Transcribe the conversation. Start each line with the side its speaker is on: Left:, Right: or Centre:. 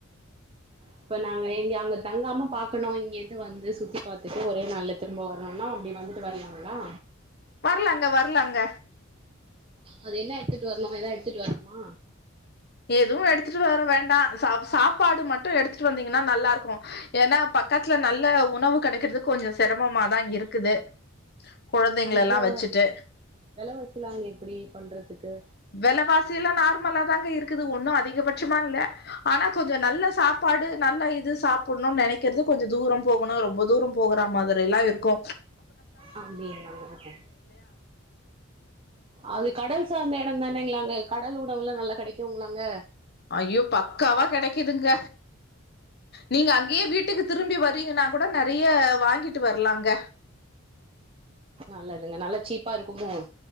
Right: இப்ப நாங்க இங்க அங்க தங்காம பாக்கணு இங்கேது வந்து சுத்தி பாத்துட்டு ஒரே நாள் திரும்ப வரணுன்னா அப்பிடி வந்துட்டு வரலாங்களா
Left: வரலாங்க வரலாங்க
Right: அது என்ன எடுத்துட்டு வரணு ஏதா எடுத்துட்டு வரணுமா
Left: எதுவு எடுத்துட்டு வர வேண்டா சப் சாப்பாடு மட்டு எடுத்துட்டு வந்தீங்கன்னா நல்லா இருக்கு ஏன்னா பக்கத்துல நல்ல உணவு கெடைக்கறதுக்கு கொஞ்சோ சிரமமாதா இருக்குது கொழந்தைங்கள
Right: அங்க
Left: எல்லா
Right: ஏதோ
Left: வச்சிட்டு
Right: வெலவாசிலா அங்க எப்டி பண்றதுக்கு
Left: வெலவாசி எல்லா நார்மலா த்தாங்க இருக் க்குது ஒன்னு அதிகபட்சமா இல்ல ஆனா கொஞ்சோ நல்ல சாப்பாடு நல்ல இது சாப்புணுன்னு நெனைக்கிறோ கொஞ்ச தூரோ போகணு ரொம்ப தூரோ போகற மாதிரி எல்லா இருக்கு
Right: அப்பிடிங்களாக அது கடல் சார் இந்த எடோ தானேங்களாங்க கடல் உணவுல்லா நல்லா கெடைக்குங்களாங்க
Left: அய்யோ பக்காவா கெடைக்குதுங்க நீங்க அங்கயே வீட்டுக்கு திரும்பி வரீங்கன்னா கூட நெறைய வாங்கிட்டு வரலாங்க
Right: நல்லதுங்க நல்லா சீப்பா இருக்குமோ